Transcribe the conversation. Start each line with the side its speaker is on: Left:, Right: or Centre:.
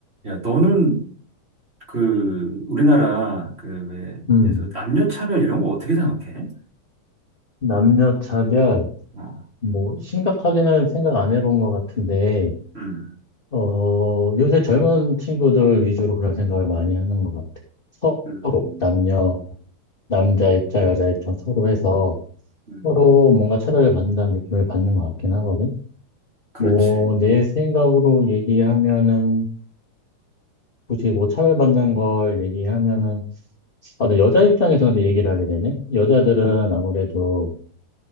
Right: 야, 너는 그 우리나라 그 왜,
Left: 음,
Right: 그래서 남녀 차별 이런 거 어떻게 생각해?
Left: 남녀 차별,
Right: 어,
Left: 뭐, 심각하게는 생각 안 해본 것 같은데,
Right: 음,
Left: 어, 요새 젊은 친구들 위주로 그런 생각을 많이 하는 것 같아. 서로,
Right: 음,
Left: 남녀, 남자 입장, 여자 입장 서로 해서
Right: 음,
Left: 서로 뭔가 차별을 받는다는 느낌을 받는 것 같긴 하거든.
Right: 그렇지.
Left: 뭐, 내 생각으로 얘기하면은, 굳이 뭐 차별받는 걸 얘기하면은, 아, 근 여자 입장에서 근데 얘기를 하게 되네. 여자들은 아무래도